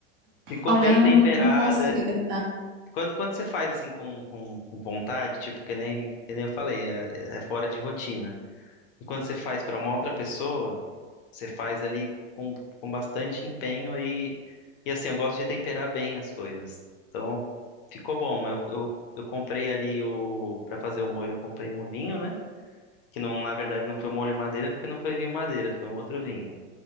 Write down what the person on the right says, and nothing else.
Olha,
eu não,
não não consigo acreditar.